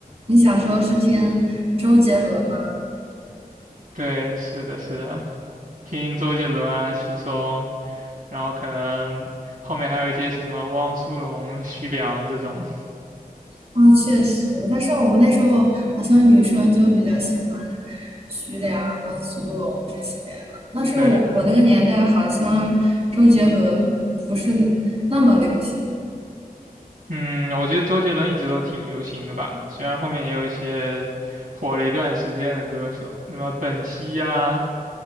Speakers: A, on the right; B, on the right.
A: 你小时候是听周杰伦吗？
B: 对，是的，是的，听周杰伦啊、许嵩，然后可能后面还有一些什么汪苏泷、徐良这种。
A: 啊，确实，但是我们那时候好像女生就比较喜欢徐良、汪苏泷这些啊。那时候我我那个年代好像周杰伦不是那么流行。
B: 对，嗯，我觉得周杰伦一直都挺流行的吧，虽然后面也有一些火了一段时间的歌手，什么本兮呀、